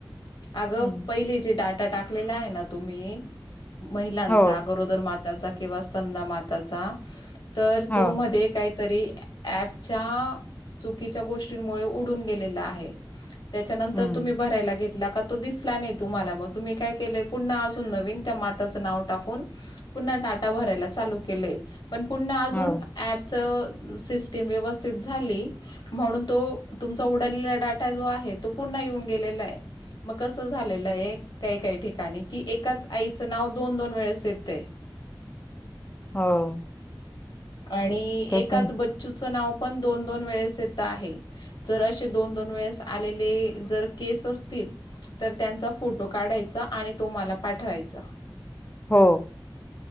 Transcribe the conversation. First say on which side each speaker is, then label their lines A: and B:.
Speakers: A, on the left (about 65°); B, on the left (about 20°).
A: अगं
B: हम्म.
A: पहिले जे डाटा टाकलेला आहे ना तुम्ही महिलांचा
B: हो
A: गरोदर मात किंवा स्तनदा माताचा तर
B: हो
A: तो मध्ये काहीतरी ॲपच्या चुकीच्या गोष्टींमुळे उडून गेलेला आहे. त्याच्यानंतर
B: हम्म
A: तुम्ही भरायला घेतला का? तो दिसला नाही तुम्हाला मगं तुम्ही कायं केलाय पुन्हा अजून नवीन त्या माताच नाव टाकून पुन्हा टाक डाटा भरायला चालू केलंय. पण पुन्हा अजून
B: हो.
A: ॲपच सिस्टीम व्यवस्थित झाली म्हणून तो तुमचा उडालेला डाटा जो आहे तो पुन्हा येऊन गेलेला आहे मगं कसं झालेलं. काही काही ठिकाणी कि एकाच आईचं नाव दोन दोन वेळेस येत आहे.
B: हो
A: आणि
B: तसं
A: एकाच बच नाव पण दोन दोन वेळेस येत आहे. जर आशे दोन दोन वेळेस आलेले जर केस असतील तरं त्यांचा फोटो काढायचा आणि तो मला पाठवायचा.
B: हो.